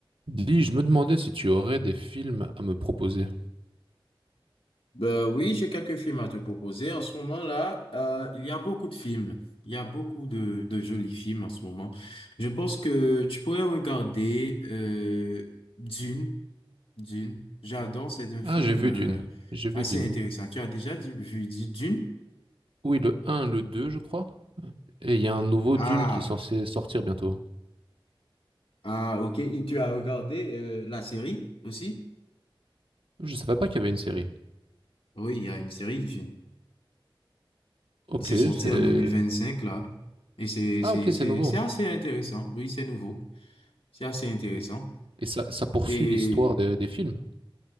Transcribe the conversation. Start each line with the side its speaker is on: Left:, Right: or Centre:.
Right: Dis, je me demandais si tu aurais des films à me proposer.
Left: Ben oui, j'ai quelques films à te proposer. En ce moment-là, euh, il y a beaucoup de films. Il y a beaucoup de, de jolis films en ce moment. Je pense que tu pourrais regarder euh, Dune. Dune. J'adore. C'est un
Right: Ah,
Left: film
Right: j'ai vu
Left: euh,
Right: Dune. J'ai vu
Left: assez
Right: Dune.
Left: intéressant. Tu as déjà dit- vu dit Dune?
Right: Oui, le un, le 2, je crois. Et il y a un nouveau
Left: Ah,
Right: Dune qui est censé sortir bientôt.
Left: ah, ok. Et tu as regardé euh, la série aussi?
Right: Je savais pas qu'il y avait une série.
Left: Oui, il y a une série Dune.
Right: Ok,
Left: Il s'est sorti
Right: c'est...
Left: en deux mille vingt-cinq là. Et c'est
Right: Ah,
Left: c'est
Right: ok,
Left: c'est
Right: c'est nouveau.
Left: c'est assez intéressant. Oui, c'est nouveau. C'est assez intéressant.
Right: Et ça, ça poursuit
Left: Et
Right: l'histoire des, des films.